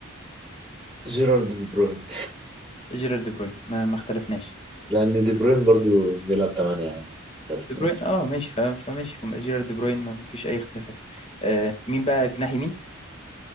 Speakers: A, in the centre; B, on the left (about 30°).
A: جيرارد دي بروين
B: جيرارد دي بروين ما, ما اختلفناش
A: لان دي بروين برضو بيلعب 8 عادي عارف
B: دي
A: ليه؟
B: بروين اه ماشي ف- فماشي جيرارد دي بروين ما ما فيش اي اختلافات آه مين بقى جناح يمين